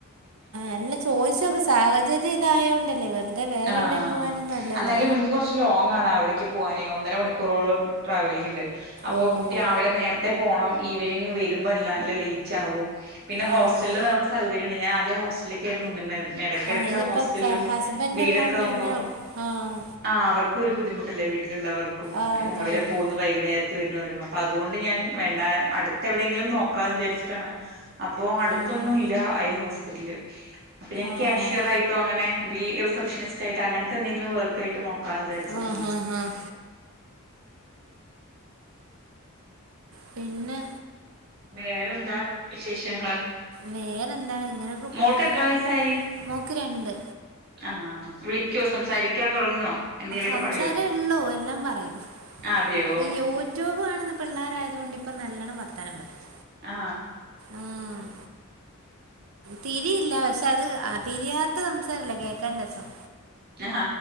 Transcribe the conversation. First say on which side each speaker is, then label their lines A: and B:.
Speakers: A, on the right; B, on the right.
A: അല്ല ചോദിച്ചു നോക്ക് സാഹചര്യം ഇതായതുകൊണ്ടല്ലേ വെറുതെ വേറെ
B: ആഹ്
A: എവിടെയും പോകാൻ ഒന്നും അല്ലല്ലോ
B: എന്നാലും എനിക്ക് കുറച്ച് ലോങ്ങ് ആണ് അവിടെ എനിക്ക് പോവാൻ ഒന്നരമണിക്കു റോളംട്രാവൽ ഉണ്ട് അതുകൊണ്ട്
A: ഓഹോ
B: നേരത്തെ പോണം ഈവനിംഗ് വരുമ്പോൾ നല്ല ലൈറ്റ് ആവും പിന്നെ
A: ആഹ്
B: ഹോസ്റ്റലിൽ അവിടെ ഞാനാദ്യം ഹോസ്റ്റലിലേക്ക് ആയിരുന്നു നിന്നിരുന്നത് ഇടയ്ക്കിടക്ക്
A: ആഹ് ഇതിപ്പോ
B: ഹോസ്റ്റലും
A: ക ഹസ്ബൻഡ്
B: വീടൊക്കെ
A: ഉള്ളോണ്ട്
B: ആകുമ്പോ
A: തന്നെ ആഹ്
B: ആ അവർക്ക് ഒരു ബുദ്ധിമുട്ടല്ലേ വീട്ടിലുള്ളവർക്കും
A: ആഹ്
B: രാവിലെ
A: അതെ അതെ
B: പോകുന്ന വൈകുന്നേരം വരുന്നപ അപ്പൊ അതുകൊണ്ട് ഞാൻ വേണ്ട അടുത്ത് എവിടെയെങ്കിലും നോക്കാന്ന് വിചാരിച്ചിട്ടാണ് അപ്പോ അടുത്തൊന്നും
A: ആഹ്
B: ഇല്ല ഹോസ്പിറ്റല് അപ്പൊ ഞാൻ
A: ആഹ്
B: ക്യാഷ്യർ ആയിട്ടോ അങ്ങനെ റിസപ്ഷനിസ്റ്റയിട്ട് അങ്ങനത്തെ എന്തെങ്കിലും വർക്ക ആായിട്ട് നോക്കാന്ന് വിചാരിച്ചിട്ടാണ്
A: ആഹ് ആഹ് ആഹ് പിന്നെ
B: വേറെന്താ വിശേഷങ്ങള്
A: വേറെ ന്താണ് ഇങ്ങനെയൊക്കെ
B: മോൾക്ക്
A: പോന്ന്
B: എത്ര വയസായി
A: നോക്കിണ്ട്
B: ആ വിളിക്കോ സംസാരിക്കാൻ തുടങ്ങുവോ എന്തെങ്കലൊക്കെ
A: സംസാരേ
B: പറയോ
A: ഉള്ളൂ എല്ലാം പറയും
B: അതെയോ
A: ഈ യൂട്യൂബ് കാണുന്ന പിള്ളാരായത കൊണ്ട് ഇപ്പ നല്ലണ്ണം വർത്താനം പറയും
B: ആ
A: ആഹ് തിരിയില്ല പക്ഷെ അത് തിരിയാത്ത സംസാരംല്ല കേൾക്കാന് രസം
B: ആ